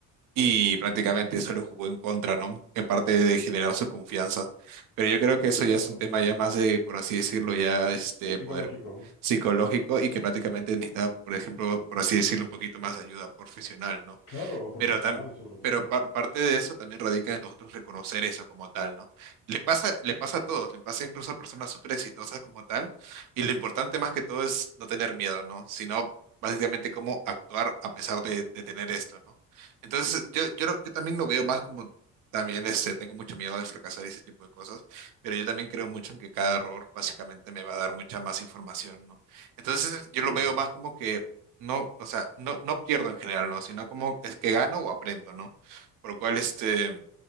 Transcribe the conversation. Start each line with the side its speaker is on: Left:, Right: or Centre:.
Right: y prácticamente eso lo jugó en contra, ¿no? En parte de generar su confianza. Pero yo creo que eso
Left: Claro.
Right: ya es un tema ya más de, por así decirlo, ya este
Left: Psicológico.
Right: poder psicológico y que prácticamente necesita, por ejemplo, por así decirlo, un poquito más de ayuda profesional, ¿no?
Left: Claro, o profesional
Right: Pero, tam-
Left: sobre
Right: pero
Left: todo.
Right: par- parte de eso también radica en nosotros reconocer eso como tal, ¿no? Le pasa, le pasa a todos, le pasa incluso a personas súper exitosas como tal, y lo importante más que todo es no tener miedo, ¿no? Sino básicamente cómo actuar a pesar de, de tener esto, ¿no? Entonces, yo, yo, lo- yo también lo veo más como, también este, tengo mucho miedo de fracasar y ese tipo de cosas, pero yo también creo mucho en que cada error básicamente me va a dar mucha más información, ¿no? Entonces, yo
Left: Sí.
Right: lo veo más como que no, o sea, no, no pierdo en general, ¿no? Sino como es que gano o aprendo, ¿no? Por lo cual, este,